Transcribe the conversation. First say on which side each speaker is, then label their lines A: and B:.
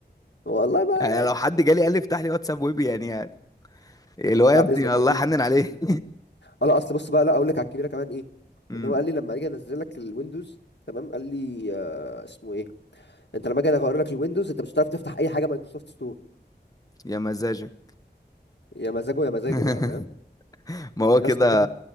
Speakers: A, on the left; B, on the left.
A: والله ما
B: يعني لو حد جالي قال لي افتح لي واتساب ويبي يعني, يعني اللي هو
A: بعد
B: يا ابني
A: اذنك
B: الله
A: ارجوك
B: يحنن عليه
A: اه لا اصل بص بقى لا اقول لك على الكبيره كمان ايه
B: <laughs> مم.
A: ان هو قال لي لما اجي انزل لك الويندوز تمام قال لي آه اسمه ايه انت لما اجي اغير لك الويندوز انت مش هتعرف تفتح اي حاجه مايكروسوفت ستور
B: يا مزاجك
A: يا مزاجه يا مزاجه
B: <laughs>
A: بقى فاهم
B: ما هو
A: يا
B: كده
A: اسطى جيت